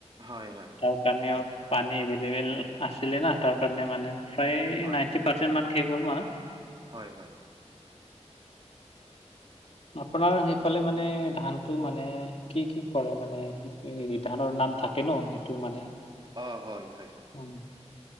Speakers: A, on the right (about 40°); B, on the left (about 55°).
A: হয়, হয়।
B: তাৰ কাৰণেও পানী এভেইলেবেল আছিলে না। তাৰ কাৰণে মানে প্ৰায়
A: হয়
B: নাইনটি পাৰ্চেণ্ট মান শেষ হ'ল মান।
A: হয় হয়
B: আপোনাৰ সেইফালে মানে ধানটো মানে কি কি কৰে? মানে সেইটো ধানৰ নাম থাকে ন সেইটো মানে।
A: অঁ হয়, হয়।
B: উম,